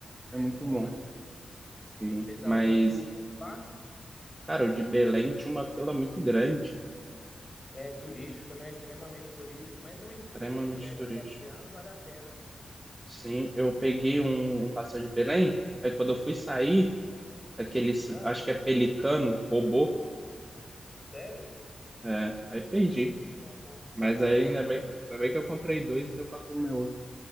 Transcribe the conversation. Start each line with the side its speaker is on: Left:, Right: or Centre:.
Left: É
Right: É muito
Left: bom,
Right: bom.
Left: né?
Right: Sim,
Left: Fez
Right: mas,
Left: algum tour lá?
Right: cara, o de Belém tinha uma fila muito grande,
Left: É turístico, né? Extremamente turístico. Mas também a gente
Right: extremamente
Left: está de férias
Right: turístico.
Left: passeando, vale a pena.
Right: Sim, eu peguei um, um passeio de Belém, aí quando eu fui sair, aquele, c-
Left: Ah,
Right: acho que é pelicano, roubou,
Left: sério?
Right: é, aí perdi.
Left: Oh, sacanagem.
Right: Mas aí ainda bem, ainda bem que eu comprei dois e deu pra comer outro.